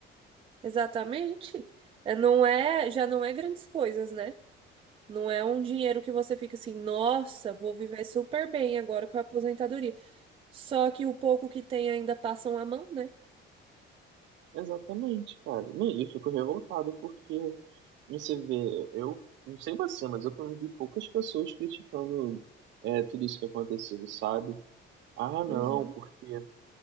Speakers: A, on the right; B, on the right.
A: exatamente. É, Não é, já não é grandes coisas, né? Não é um dinheiro que você fica assim, nossa, vou viver super bem agora com a aposentadoria. Só que o pouco que tem ainda passam a mão, né?
B: É, exatamente, cara. Não, e eu fico revoltado porque Você vê, eu não sei você, mas eu convivi poucas pessoas criticando é, tudo isso que aconteceu, sabe? Ah, não,
A: Uhum,
B: porque